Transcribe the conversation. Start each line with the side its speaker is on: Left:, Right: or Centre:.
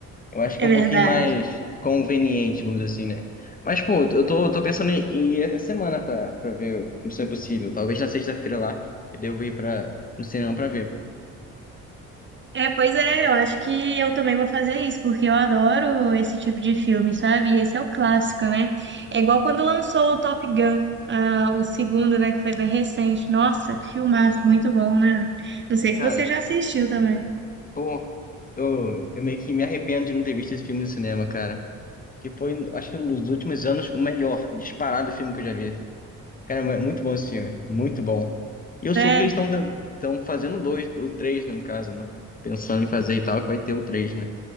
Left: Eu acho
Right: É
Left: que é um pouquinho
Right: verdade.
Left: mais conveniente, vamos dizer assim, né? Mas, pô, eu tô, eu tô pensando em em ir essa semana pra, pra ver o Missão Impossível. Talvez na sexta-feira lá, eu devo ir pra, no cinema pra ver.
Right: É, pois é, eu acho que eu também vou fazer isso, porque eu adoro esse tipo de filme, sabe? E Esse é o clássico, né? É igual quando lançou o Top Gun, ah, o segundo, né, que foi bem recente. Nossa, que filmaço, muito bom, né? Não sei se
Left: Cara.
Right: você já assistiu também.
Left: Pô, eu, eu meio que me arrependo de não ter visto esse filme no cinema, cara. Que foi, acho que nos últimos anos, o melhor disparado filme que eu já vi. Cara, é muito bom esse filme, muito bom. E eu
Right: Sério?
Left: soube que eles estão fazendo dois, o três, né, no caso, né? Pensando em fazer e tal, que vai ter o três, né?